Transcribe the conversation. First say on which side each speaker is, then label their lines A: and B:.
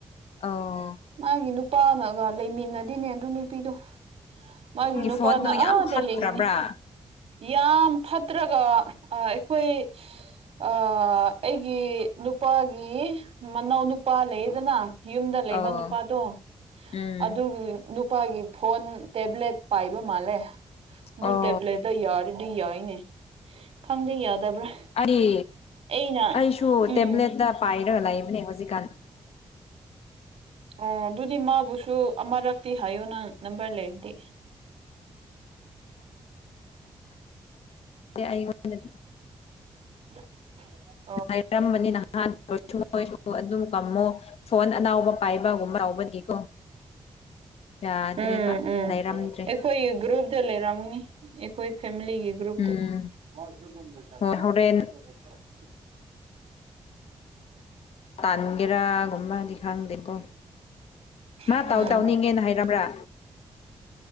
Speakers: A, on the left; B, on the right.
A: ꯑꯣ꯫
B: ꯃꯥꯒꯤ ꯅꯨꯄꯥꯅꯒ ꯂꯩꯃꯤꯟꯅꯗꯦꯅꯦ ꯑꯗꯨ ꯅꯨꯄꯤꯗꯣ꯫ ꯃꯥꯒꯤ ꯅꯨꯄꯥꯅ
A: ꯐꯣꯟꯗꯣ ꯌꯥꯝ
B: ꯑꯗꯥ
A: ꯐꯠꯇ꯭ꯔꯕ꯭ꯔꯥ
B: ꯂꯩꯒꯅꯤ꯫ ꯌꯥꯝ ꯐꯠꯇ꯭ꯔꯒ ꯑꯩꯈꯣꯏ꯫ ꯑꯥ ꯑꯩꯒꯤ ꯅꯨꯄꯥꯒꯤ ꯃꯅꯥꯎ ꯅꯨꯄꯥ ꯂꯩꯌꯦꯗꯅ꯫ ꯌꯨꯝꯗ ꯂꯩꯕ
A: ꯑꯧ
B: ꯅꯨꯄꯥꯗꯣ
A: ꯎꯝ
B: ꯑꯗꯨꯒꯤ꯫ ꯅꯨꯄꯥꯒꯤ ꯐꯣꯟ ꯇꯦꯕ꯭ꯂꯦꯠ ꯄꯥꯏꯕ ꯃꯥꯜꯂꯦ ꯑꯗꯨ
A: ꯑꯣ
B: ꯇꯦꯕ꯭ꯂꯦꯠꯇ ꯌꯥꯔꯤ꯫ ꯗꯤ ꯌꯥꯏꯅꯦ ꯈꯪꯗꯦ ꯌꯥꯗꯕ꯭ꯔꯥ꯫
A: ꯑꯩ
B: ꯑꯩꯅ
A: ꯑꯩꯁꯨ
B: ꯎꯝ
A: ꯇꯦꯕ꯭ꯂꯦꯠꯇ ꯄꯥꯏꯔꯒ ꯂꯩꯕꯅꯦ ꯍꯧꯖꯤꯛꯀꯥꯟ꯫
B: ꯑꯣ ꯑꯗꯨꯗꯤ ꯃꯥꯕꯨꯁꯨ ꯑꯃꯔꯛꯇꯤ ꯍꯥꯏꯌꯣ ꯅꯪꯪ ꯅꯝꯕꯔ ꯂꯩꯔꯗꯤ꯫
A: ꯑꯩꯑꯣꯟꯗꯗꯤ꯫
B: <unintelligible>
A: ꯉꯥꯏꯔꯝ ꯃꯅꯤꯅ ꯅꯍꯁꯨ ꯍꯣꯏꯁꯨ ꯑꯗꯨꯝ ꯀꯝꯃꯣ ꯐꯣꯟ ꯑꯅꯥꯎꯕ ꯄꯥꯏꯕꯒꯨꯝꯕ ꯂꯎꯕꯒꯤꯀꯣ ꯌꯥꯗ꯭ꯔꯦꯕ
B: ꯎꯝ ꯎꯝ
A: ꯂꯩꯔꯝꯗ꯭ꯔꯦ
B: ꯑꯩꯈꯣꯏꯒꯤ ꯒ꯭ꯔꯨꯞꯇ ꯂꯩꯔꯝꯒꯅꯤ ꯑꯩꯈꯣꯏ ꯐꯦꯃꯤꯂꯤꯒꯤ ꯒ꯭ꯔꯨꯞꯇ
A: ꯎꯝ
B: <unintelligible>
A: ꯍꯣꯏ ꯍꯣꯔꯦꯟ
B: <inaudible>
A: ꯇꯥꯟꯒꯦꯔꯥꯒꯨꯝꯕꯗꯤ ꯈꯪꯗꯦꯀꯣ ꯃꯥ
B: ꯎꯝ
A: ꯇꯧ ꯇꯧꯅꯤꯡꯉꯦꯅ ꯍꯥꯏꯔꯝꯕ꯭ꯔꯥ